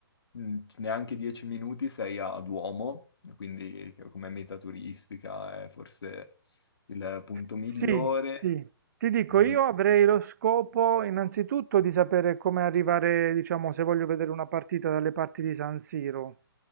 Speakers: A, on the left; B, on the right.
A: in neanche 10 minuti sei a a Duomo, quindi come meta turistica è forse il punto
B: Sì,
A: migliore.
B: sì. Ti dico,
A: Mhm.
B: io avrei lo scopo innanzitutto di sapere come arrivare, diciamo, se voglio vedere una partita dalle parti di San Siro.